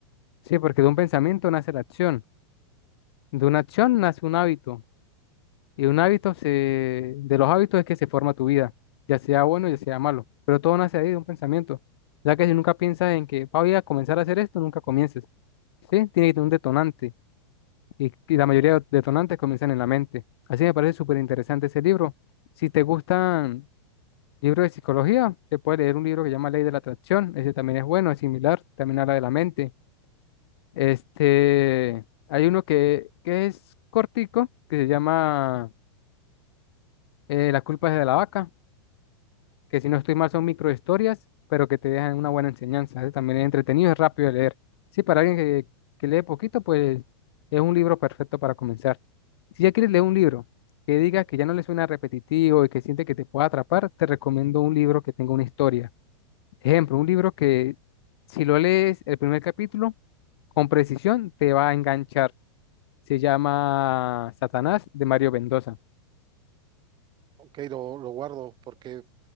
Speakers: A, on the left (about 65°); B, on the right (about 30°).
A: Sí, porque de un pensamiento nace la acción, de una acción nace un hábito, y un hábito se, de los hábitos es que se forma tu vida, ya sea bueno, ya sea malo, pero todo nace ahí de un pensamiento, ya que si nunca piensas en que "Ah, voy a comenzar a hacer esto, nunca comiences, ¿sí? Tiene que tener un detonante. y, y la mayoría de detonantes comienzan en la mente. Así me parece súper interesante ese libro. Si te gustan libros de psicología, te puedes leer un libro que se llama Ley de la Atracción. Ese también es bueno, es similar, también habla de la mente. Este, hay uno que, que es cortico, que se llama eh, La culpa es de la vaca. que si no estoy mal son microhistorias, pero que te dejan una buena enseñanza. ¿eh? También es entretenido, es rápido de leer. Sí, para alguien que, que lee poquito, pues es un libro perfecto para comenzar. Si ya quieres leer un libro que diga que ya no le suena repetitivo y que siente que te pueda atrapar, te recomiendo un libro que tenga una historia. Ejemplo, un libro que si lo lees el primer capítulo, con precisión te va a enganchar. Se llama Satanás de Mario Mendoza.
B: Ok, lo, lo guardo porque